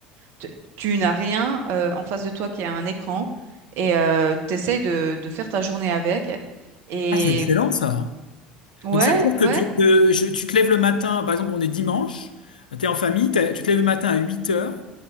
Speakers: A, on the right; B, on the left.
A: tu, tu n'as rien euh, en face de toi qui a un écran et euh, tu essayes de, de faire ta journée avec. Et
B: Ah, c'est excellent ça.
A: ouais,
B: Donc, ça veut dire
A: ouais,
B: que tu, de- je- tu te lèves le matin, par exemple, on est dimanche, tu es en famille, t'as- tu te lèves le matin à huit heures.